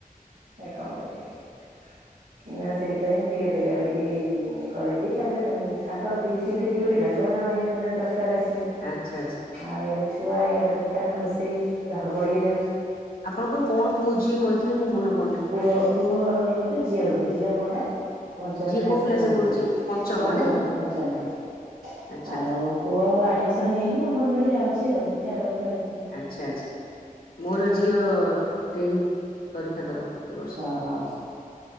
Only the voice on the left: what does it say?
ଆଚ୍ଛା ଆଚ୍ଛା।
ଆପଣଙ୍କର କଣ ପୁଅ ଝିଅ କହିଥିଲେ ମୁଁ ମନେ ପଡୁନି।
ଝିଅ
କୋଉ କ୍ଲାସରେ
ନାଇଁ
ଆଚ୍ଛା
ଆଚ୍ଛା ଆଚ୍ଛା ମୋର ଝିଅ ଟେନ୍ ପରୀକ୍ଷା ଦେବ ଏ ବର୍ଷ।